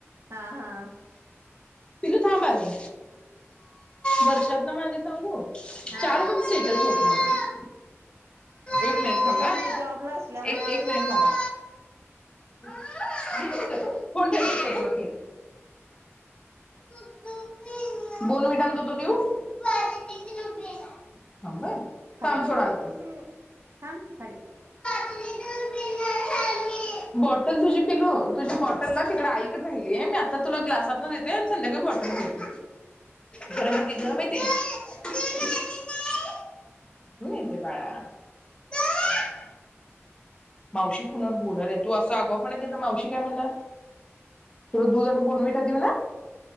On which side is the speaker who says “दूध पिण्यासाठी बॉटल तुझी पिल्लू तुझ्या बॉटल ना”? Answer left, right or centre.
Left